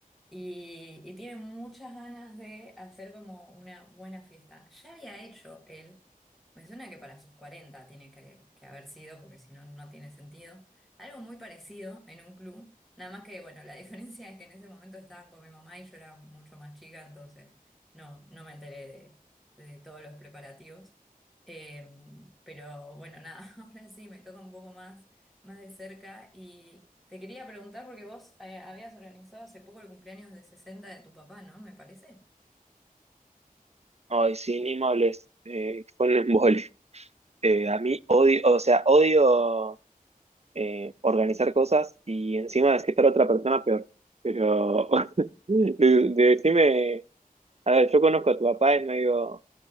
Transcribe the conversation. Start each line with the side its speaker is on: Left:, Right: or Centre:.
Centre: y, y tiene muchas ganas de hacer como una buena fiesta. Ya había hecho él, me suena que para sus 40 tiene que, que haber sido, porque si no, no tiene sentido. Algo muy parecido en un club, nada más que, bueno, la <laughs> diferencia es que en ese momento estaban con mi mamá y yo era mucho más chica, entonces no, no me enteré de de todos los preparativos. Eh, pero bueno, nada, <laughs> ahora sí me toca un poco más, más de cerca y te quería preguntar porque vos eh, habías organizado hace poco el cumpleaños de 60 de tu papá, ¿no? Me parece.
Right: Ay, sí, ni me hables. Eh, <laughs> fue un embole. Eh, a mí odio, o sea, odio eh, organizar cosas y encima desquitar a otra persona peor. Pero <laughs> de- decime, a ver, yo conozco a tu papá, es medio